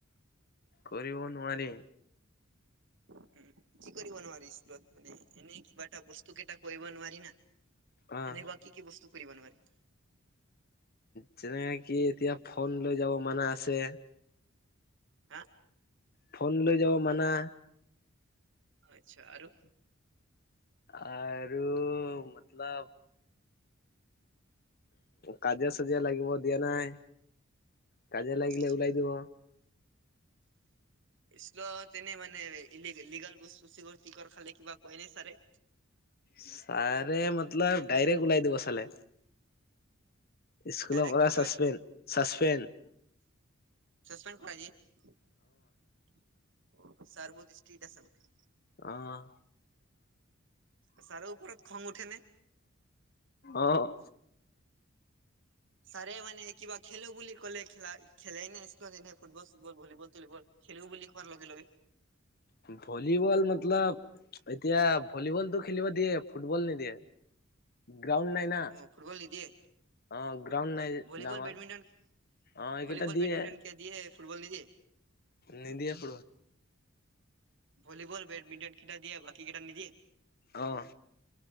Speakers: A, on the left; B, on the right.
A: কৰিব নোৱাৰি।
B: উম কি কৰিব নোৱাৰি স্কুলত মানে, এনেই কিবা এটা বস্তু কেইটা কৰিব নোৱাৰি না।
A: অহ
B: এনেকুৱা কি কি বস্তু কৰিব নোৱাৰি?
A: যেনেকে এতিয়া ফন লৈ যাব মানা আছে।
B: হ।
A: ফোন লৈ যাব মানা।
B: আচ্ছা আৰু?
A: আৰু মতলব। কাজিয়া চাজিয়া লাগিব দিয়া নাই। কাজিয়া লাগিলে
B: আচ্ছা
A: ওলাই দিব
B: স্কুলত এনেই মানে ইলি লিগল বস্তু চিকৰ টিকৰ খালে কিবা কয় নে চাৰে?
A: ছাৰে মতলব ডাইৰেক্ট ওলাই দিব চালে। স্কুল
B: ডাইৰেক্ট
A: পৰা
B: কয়
A: চাচপে চাছপেন
B: চাচপেণ্ড কৰাই দিয়ে। চাৰবত ষ্ট্ৰ্ৰীট আছে মানে।
A: আহ।
B: ছাৰৰ ওপৰত খং উঠে নে?
A: অ',
B: ছাৰে মানে কিবা খেলো বুলি ক'লে খেলাই খেলেই নে স্কুলত এনে ফুটবল চুটবল ভলীবল চলিবল। খেলেও বুলি কোৱাৰ লগে লগে।
A: ভলীবল মতলব এতিয়া ভলীবলতটো খেলিব দিয়ে ফুটবল নিদিয়ে। গ্ৰাউণ্ড নাই না।
B: অ ফুটবল নিদিয়ে
A: অ', গ্ৰাউণ্ড নাই যে
B: ভলীবল
A: ডাঙৰ।
B: বেডমিণ্টন
A: অ এইকেইটা
B: ভলীবল,
A: দিয়ে
B: বেডমিণ্টন ক দিয়ে ফুটবল নিদিয়ে।
A: নিদিয়ে প
B: ভলীবল বেডমিণ্টন কেইটা দিয়ে বাকী কেইটা নিদিয়ে।
A: আহ।